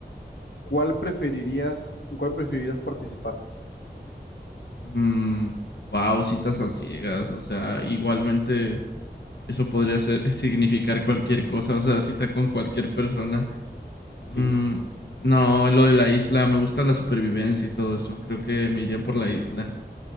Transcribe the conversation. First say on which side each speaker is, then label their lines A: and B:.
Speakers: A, on the left; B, on the left.
A: ¿Cuál preferirías, en cuál preferirías participar?
B: Mm, wow, citas a ciegas. O sea, igualmente eso podría ser, <laughs> significar cualquier cosa. O sea, cita con cualquier persona.
A: Sí,
B: Mm, no, lo de la isla, me gusta la supervivencia y todo eso. Creo que me iría por la isla.